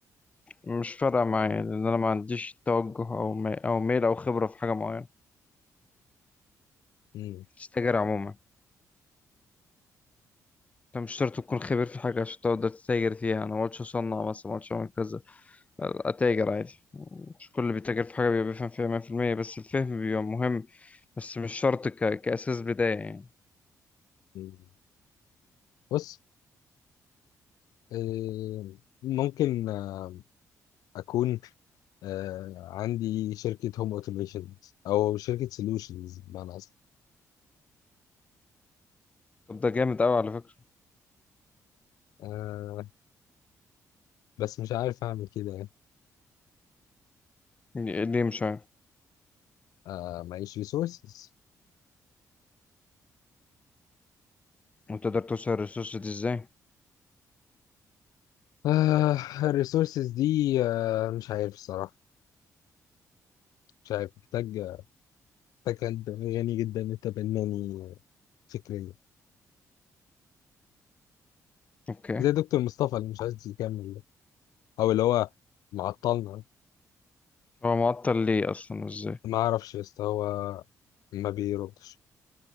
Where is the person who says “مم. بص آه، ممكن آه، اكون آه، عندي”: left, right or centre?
Left